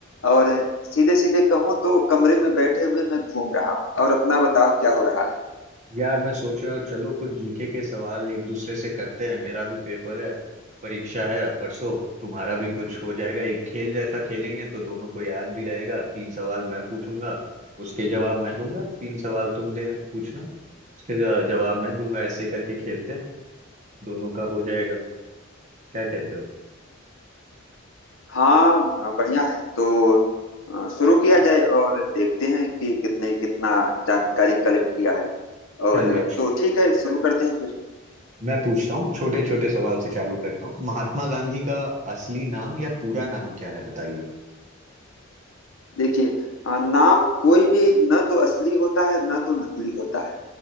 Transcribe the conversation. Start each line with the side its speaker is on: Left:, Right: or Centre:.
Left: और सीधे सीधे कहूँ तो कमरे में बैठे हुए मैं घूम रहा हूँ और अपना बताओ क्या हो रहा है
Right: यार मैं सोच रहा हूँ चलो कुछ जीके के सवाल एक दूसरे से करते हैं मेरा भी पेपर है परीक्षा है परसों तुम्हारा भी कुछ हो जाएगा एक खेल जैसा खेलेंगे तो दोनों को याद भी रहेगा तीन सवाल मैं पूछूंगा उसके जवाब मैं दूंगा तीन सवाल तुम दे पूछना उसके ज- जवाब मैं दूंगा ऐसे करके खेलते हैं दोनों का हो जाएगा क्या कहते हो
Left: हाँ बढ़िया है तो अ, शुरू किया जाए और देखते हैं कि कितने कितना जानकारी कलेक्ट किया है और
Right: चलिए
Left: अ, तो ठीक है शुरू करते हैं फिर
Right: मैं पूछता हूँ छोटे छोटे सवाल से चालू करता हूँ महात्मा गांधी का असली नाम या पूरा नाम क्या है बताइए
Left: देखिए अ, नाम कोई भी न तो असली होता है न तो नकली होता है